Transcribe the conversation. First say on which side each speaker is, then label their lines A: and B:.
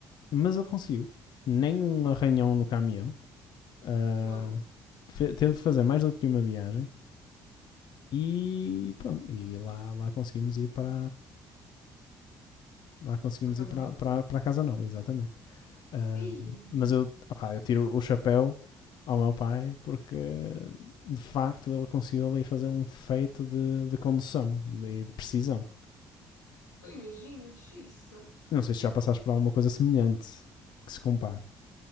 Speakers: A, on the left; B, on the left.
A: mas ele conseguiu. Nem um arranhão no caminhão. Ah,
B: Uau.
A: fe- teve de fazer mais do que uma viagem E pronto, e lá, lá conseguimos ir para. Lá conseguimos
B: Para Casa
A: ir para,
B: Nova?
A: para, para a Casa Nova, exatamente. Um,
B: Ia, meu.
A: mas eu, opá, eu tiro o chapéu ao meu pai porque de facto ele conseguiu ali fazer um feito de, de condução e de, de precisão.
B: Eu imagino, xiça.
A: Não sei se já passaste por alguma coisa semelhante que se compare.